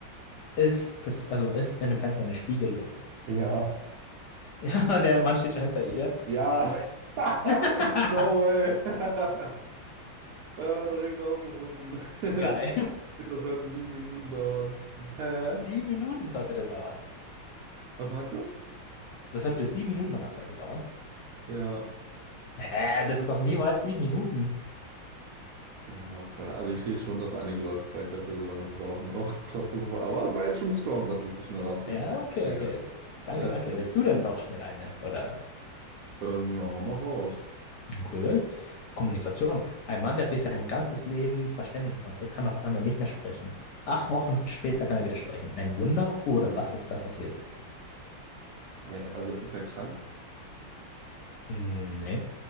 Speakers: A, on the left; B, on the right.
A: ist das, also ist in dem Fenster eine Spiegelung? <laughs>
B: Ja,
A: Ja, und der Mann steht schon hinter ihr.
B: ja. <laughs>
A: <laughs>
B: No way. <laughs> Ah, direkt rausgefunden. <laughs>
A: Geil.
B: Das sollte sieben Minuten dauern. Hä?
A: <laughs> Sieben Minuten sollte das dauern.
B: Was meinst du?
A: Das sollte sieben Minuten normalerweise dauern.
B: Ja.
A: Äh, das ist doch niemals sieben Minuten.
B: Ja, okay. Also ich sehe schon, dass einige Leute vielleicht dafür so lange brauchen, auch <laughs> trotzdem. Aber es war jetzt schon strong, dass du es so schnell rausgefunden
A: Ja,
B: hast,
A: okay,
B: Digga.
A: okay. Danke,
B: Sehr
A: danke.
B: wild.
A: Willst du denn noch schnell eine? Oder?
B: Ähm, ja, hau mal raus.
A: Okay. Kommunikation. Ein Mann, der sich sein ganzes Leben verständigen konnte, kann auf einmal nicht mehr sprechen. Acht Wochen später kann er wieder sprechen. Ein Wunder oder was ist da passiert?
B: Hä, also ist er krank?
A: Hm, nee.